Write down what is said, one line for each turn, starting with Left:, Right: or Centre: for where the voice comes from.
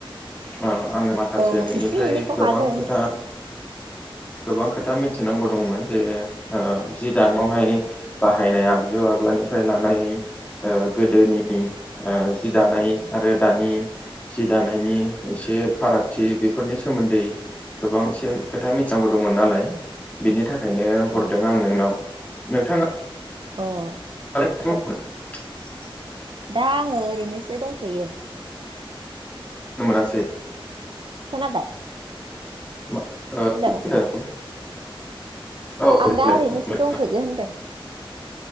Left: ओ आङो माखासे
Right: औ
Left: नोंनिफ्राय
Right: एसे एनैखौ
Left: गोबां
Right: हागोन
Left: खोथा गोबां खाोथ मि मिथिनांगौ दंमोन जे ओ जि दानावहाय बाहायनाय आगजु आगलानिफ्राय लानाय ओ गोदोनि ओ जि दानाय आरो दानि जि दानायनि एसे फारागथि बेफोरनि सोमोन्दै गोबां एसे खोथा मिथिनांगौ दंमोन नालाय बेनि थाख ओंखायनो हरदों
Right: औ
Left: आं नोंनाव। नोंथाङा
Right: अह।
Left: <unintelligible>
Right: दा आङो ओरैनोसो दंथ'यो।
Left: खोनो मोनासै।
Right: खोनाबाय।
Left: मा
Right: हेलौ।
Left: होनदों औ
Right: आं
Left: देलाय
Right: दा ओरैनोसो
Left: बुंलाय
Right: दंथ'यो होनदों।